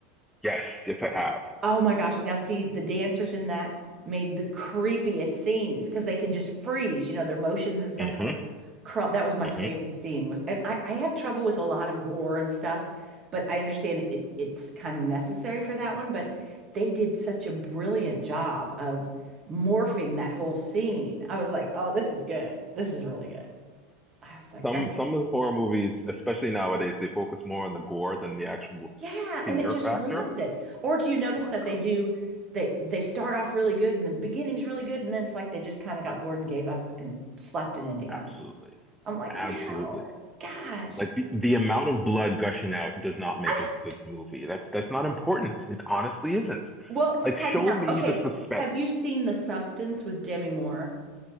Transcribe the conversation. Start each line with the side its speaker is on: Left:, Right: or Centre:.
Centre: yes, yes, I have.
Right: Oh my gosh. Now, see, the dancers in that made the creepiest scenes because they can just freeze, you know, their motions and stuff,
Centre: hmm
Right: how they're crawl. That was my
Centre: hmm
Right: favorite scene was, and I, I have trouble with a lot of gore and stuff, but I understand it it's kind of necessary for that one, but they did such a brilliant job of morphing that whole scene. I was like, oh, this is good. This is really good. I was like,
Centre: Some
Right: that's
Centre: some of the horror movies, especially nowadays, they focus more on the gore than the actual
Right: Yeah,
Centre: fear
Right: and it just
Centre: factor.
Right: ruins it. Or do you notice
Centre: Oh
Right: that
Centre: yeah,
Right: they do they they start off really good and the beginning's really good and then it's like they just kind of got bored and gave up and slapped an ending
Centre: absolutely,
Right: on it. I'm like,
Centre: absolutely.
Right: no, gosh.
Centre: Like the, the amount of blood gushing out does not make
Right: I
Centre: a good movie. That's that's not important. It honestly isn't.
Right: well,
Centre: Like
Right: have,
Centre: show
Right: now,
Centre: me
Right: okay.
Centre: the suspense.
Right: Have you seen The Substance with Demi Moore?